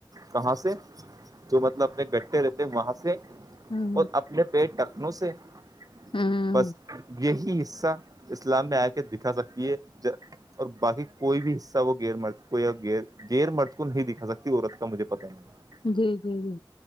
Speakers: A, on the right; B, on the left.
A: کہاں سے جو مطلب اپنے گٹھے رہتے ہیں وہاں سے
B: ہوں
A: اور اپنے منے پیٹ ٹکھنوں سے <unintelligible>
B: ہوں
A: بس یہی حصہ اسلام میں آ کے دکھا سکتی ہے اور باقی کوئی بھی حصہ وہ گر مرتا کوئی اور گر <unintelligible> گیر مرد کو نہیں دکھا سکتی عورت کا مجھے پتا نہیں
B: جی جی جی